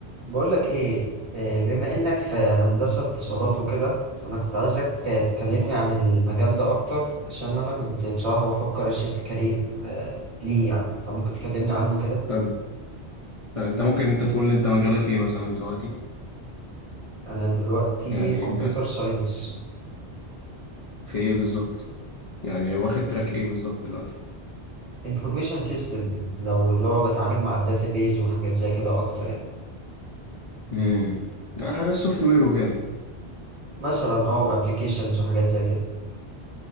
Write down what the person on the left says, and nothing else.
طب طب انت ممكن انت تقول لي انت مجالك ايه مثلا دلوقتي
يعني
انت
في ايه بالظبط يعني واخد تراك ايه بالظبط دلوقتي
امم يعني حاجه السوفت وير وكده